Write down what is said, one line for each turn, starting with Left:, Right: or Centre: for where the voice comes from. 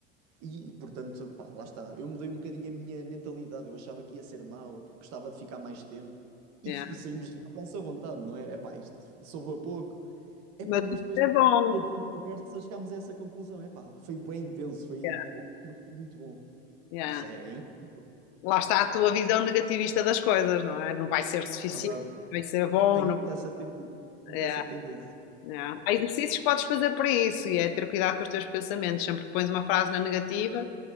Right: E, portanto, pá, lá está. Eu mudei um bocadinho a minha mentalidade. Eu achava que ia ser mau, pá, gostava de ficar mais tempo. E,
Left: yeah.
Right: e saímos de lá com essa vontade, não é? É pá, isto soube a pouco. É
Left: Mas
Right: pá, mas
Left: isso
Right: depois,
Left: é bom.
Right: todos em conversa, chegámos a essa conclusão. É pá, foi bem intenso, foi
Left: Yeah,
Right: pouco, mas foi muito bom.
Left: yeah.
Right: Isso é incrível,
Left: Lá está a tua visão negativista das coisas, não é? Não vai ser suficiente,
Right: verdade.
Left: vai ser bom,
Right: Tenho
Left: não...
Right: muito essa tendência. Muito
Left: yeah.
Right: essa tendência.
Left: Não. Há exercícios que podes fazer para isso e é ter cuidado com os teus pensamentos. Sempre que pões uma frase na negativa,